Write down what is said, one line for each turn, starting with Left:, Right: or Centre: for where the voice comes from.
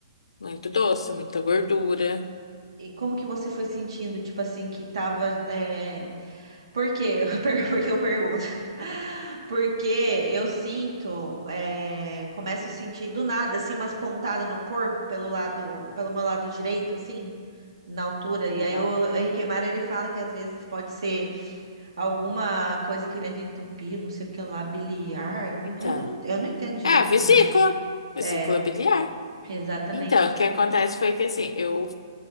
Left: muito doce, muita gordura.
Right: E como que você foi sentindo, tipo assim, que tava. É... Por quê? <laughs> Per- Por que eu pergunto? <laughs> Porque eu sinto, é, começo a sentir do nada, assim, umas pontadas no corpo pelo lado, pelo meu lado direito, assim, na altura. E aí
Left: Ah,
Right: o Henrique Mara, ele fala que às vezes pode ser alguma coisa querendo entupir, não sei o que lá, biliar. Eu não,
Left: então.
Right: eu não eu não entendo direito,
Left: É a vesícula,
Right: na verdade.
Left: vesícula
Right: É,
Left: biliar.
Right: exatamente.
Left: Então, o que acontece foi que assim, eu